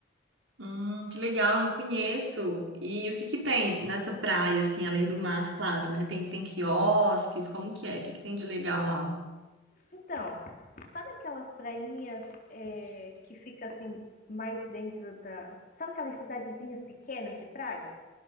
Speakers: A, on the right; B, on the left.
A: Hum, que legal, eu não conheço. E o que que tem nessa praia, assim, além do mar, claro, né? Tem, tem quiosques, como que é? O que que tem de legal lá?
B: Então, sabe aquelas prainhas é, que fica assim mais dentro da... Sabe aquelas cidadezinhas pequenas de praia?